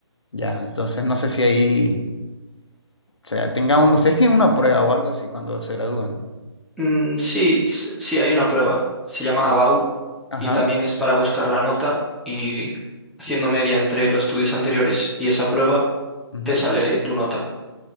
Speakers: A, on the left; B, in the centre.
A: Ya, entonces no sé si ahí, o sea, tenga un- ustedes tienen una prueba o algo así cuando se gradúan.
B: Mm, sí, s- sí, hay una prueba. Se llama ABAU
A: Ajá.
B: y también es para buscar la nota y haciendo media entre los estudios anteriores y esa prueba
A: ujú.
B: te sale tu nota.